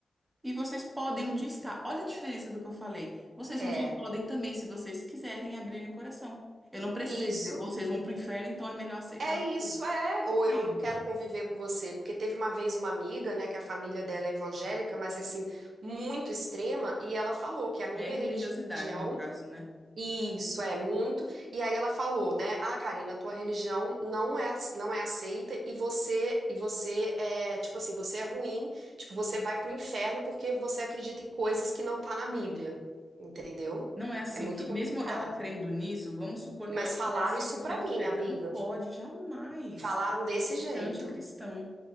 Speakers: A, on the right (about 15°); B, on the right (about 75°).
A: e vocês podem um dia estar. Olha a diferença do que eu falei. Vocês
B: é,
A: um dia podem também, se vocês quiserem, abrirem o coração. Eu não precisei
B: isso,
A: dizer, vocês vão pro inferno, então é melhor aceitar
B: é isso,
A: Jesus.
B: é. Ou
A: Entende?
B: eu não quero conviver com você, porque teve uma vez uma amiga, né, que a família dela é evangélica, mas é assim, muito extrema, e ela falou que a minha
A: Aí É religiosidade,
B: religião
A: no caso, né?
B: Isso é muito. E aí ela falou, né? Ah, Karina, tua religião não é não é aceita e você e você é, tipo assim, você é ruim, tipo, você vai pro inferno porque você acredita em coisas que não tá na Bíblia. Entendeu?
A: Não é assim
B: É muito
A: que,
B: complicado.
A: mesmo ela crendo nisso, vamos supor
B: Mas
A: que ela estivesse
B: falaram
A: cem
B: isso
A: por
B: pra
A: cento
B: mim,
A: certa.
B: amiga.
A: Não pode, jamais.
B: Falaram desse jeito.
A: Isso é anticristão.